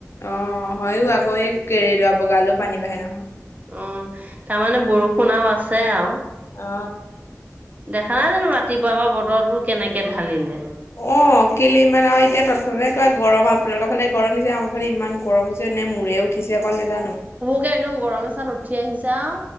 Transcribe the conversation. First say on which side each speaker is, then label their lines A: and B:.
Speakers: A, on the left (about 55°); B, on the right (about 30°).
A: অ হয়ো আকৌ এই কেৰেলোৱা বগালেও পানী বাঢ়ে নহয়।
B: অ তাৰমানে বৰষুণ আও আছে আও
A: অ
B: দেখা নাই জানো ৰাতিপুৱাৰ পৰা বতৰটো কেনেকে ঢালিলে।
A: অ কেলে ইমান আৰু এতিয়া তৎক্ষনাতে কিবা গৰম আপোনালোকৰ ফালে গৰম নিচনা আমাৰ ফালে ইমান গৰম হৈছে নে মূৰে উঠিছে অকল নেজানো।
B: এয়া একদম গৰমে চাত উঠি আহিছে আও